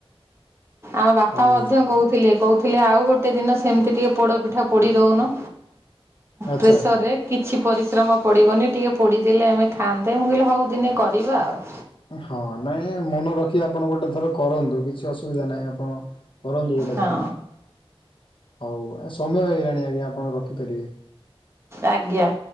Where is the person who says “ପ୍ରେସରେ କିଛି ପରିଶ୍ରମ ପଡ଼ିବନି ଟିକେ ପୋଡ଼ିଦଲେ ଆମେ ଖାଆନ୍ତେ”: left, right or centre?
Right